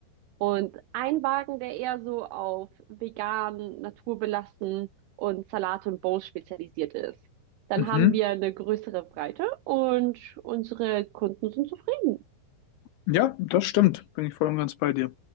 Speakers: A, on the right (about 85°); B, on the left (about 75°).
A: und ein Wagen, der eher so auf vegan, naturbelassen und Salate und Bowls spezialisiert ist. Dann
B: Mhm.
A: haben wir eine größere Breite und unsere Kunden sind zufrieden.
B: Ja, das stimmt. Bin ich voll und ganz bei dir.